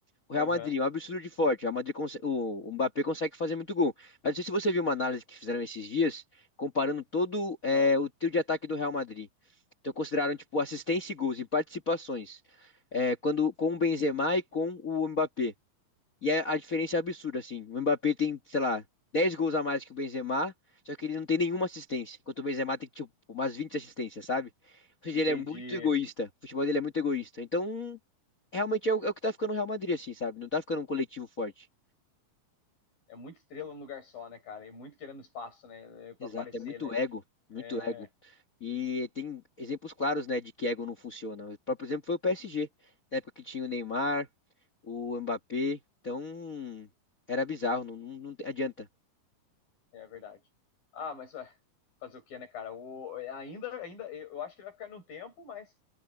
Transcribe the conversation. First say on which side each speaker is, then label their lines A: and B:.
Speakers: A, on the left; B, on the left.
A: O Real
B: Aham,
A: Madrid, um absurdo de forte. O Real Madrid conse- o o Mbappé consegue fazer muito gol. Mas não sei se você viu uma análise que fizeram esses dias, comparando todo é,
B: não,
A: o trio de ataque do Real Madrid. Então consideraram tipo assistência e gols em participações, é, quando com o Benzema e com o Mbappé. E a, a diferença é absurda assim. O Mbappé tem, sei lá, 10 gols a mais que o Benzema, só que ele não tem nenhuma assistência, enquanto o Benzema tem tipo umas 20 assistências, sabe? Ou seja,
B: entendi.
A: ele é muito egoísta. O futebol dele é muito egoísta. Então, realmente é o, é o que tá ficando o Real Madrid, assim, sabe? Não tá ficando um coletivo forte.
B: é muita estrela num lugar só, né, cara? E muito querendo espaço, né? eh, Pra
A: Exato,
B: aparecer,
A: é muito
B: né?
A: ego, muito
B: É,
A: ego. E tem exemplos claros, né, de que ego não funciona. O próprio exemplo foi o PSG, na época que tinha o Neymar, o Mbappé. Então, era bizarro, não, não, não adianta.
B: é verdade. Ah, mas ué, fazer o quê, né, cara? O, ainda, ainda, eu acho que ele vai ficar no tempo, mas